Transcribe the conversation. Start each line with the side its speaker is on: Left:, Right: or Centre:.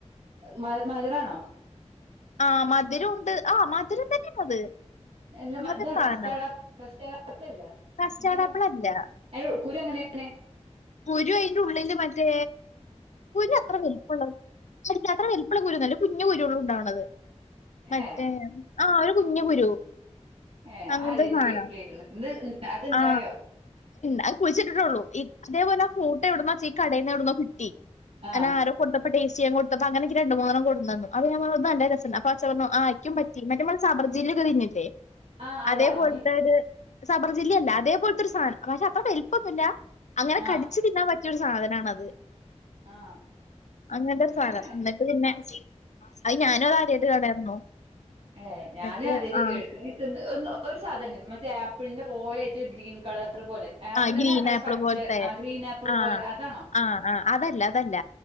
Right: മ മധുരാണോ
Left: ആ മധുരുണ്ട് ആ മധുരം തന്നെയാ അത്
Right: എന്താ
Left: അങ്ങനത്തെ
Right: ഇതാണോ
Left: സാധനം
Right: <unintelligible>
Left: കസ്റ്റാർഡ് ആപ്പിൾ അല്ല
Right: കുരു എങ്ങനെയാണ്
Left: കുരു അയിന്റെള്ളിലു മറ്റേ കുരു അത്ര വെലുപ്പമുള്ള അത്ര വെൽപ്പള്ള കുരുന്നല്ലേ ഒരു കുഞ്ഞ് കുരുള്ളു ഉണ്ടാവണത് മറ്റേ
Right: ഏ
Left: ആ ഒരു കുഞ്ഞു കുരു
Right: ഏ അ
Left: അങ്ങനത്തെ
Right: ആദ്യായിട്ടാ
Left: സാധനം
Right: കേക്ണ് ഇന്ന് അത്ണ്ടായോ
Left: ആ അത് കുഴിച്ചിട്ടിട്ടോുള്ളൂ അതേപോലെ ആ ഫ്രൂട്ട് എവിടുന്ന ചീ കടൽന്ന് എവിടന്നോ കിട്ടി
Right: ആ
Left: അന ആരോ കൊട്ടപ്പെട്ട കൊടുത്തപ്പോ അങ്ങനെ ഇക്ക് രണ്ട് മൂന്നണം കൊടുന്നെന്നു അപ്പോ ഞാൻ പറഞ്ഞു ഇത് നല്ല രസണ്ട് അ അച്ഛൻ പറഞ്ഞു ആ ഇക്കുപറ്റി ന്നട്ട് നമ്മൾ സബർജിൽ ങ്ങൾ വരുന്നില്ല
Right: ആ അതാണോ
Left: അതേപോലത്തെ
Right: നീ
Left: ഒരു സബർജില്ലല്ല അതേപോലത്തെരു സാധനം പക്ഷെ അത്ര വലിപ്പന്നുല്ല അങ്ങനെ
Right: ആ
Left: കടിച്ച് തിന്നാൻ പറ്റിയരു സാധനണത്
Right: ആ
Left: അങ്ങനത്തെരു സാനം
Right: ഏ
Left: എന്നിട്ട് പിന്നെ അത് ഞാനൊത് ആദ്യയിട്ട് കാണായിരുന്നു
Right: ഏ ഞാനൻ
Left: എന്നിട്ട്
Right: ആദ്യായിട്ട്
Left: ആ
Right: കേൾക്കുന്നന്ന് ഒ ഒരു സാധനം ഉണ്ട് മറ്റേ ആപ്പിളിന്റെ പോലെ ആയിട്ട് ഒരു ഗ്രീൻ കളർ അപോലെ ആപ്പിൾന്നെ
Left: ആ ഗ്രീൻ ആപ്പിൾ
Right: പച്ച
Left: പോലത്തെ
Right: ആ ഗ്രീൻ ആപ്പിൾ
Left: ആ
Right: പോലെ അതാണോ
Left: ആ ആ അതല്ല അതല്ല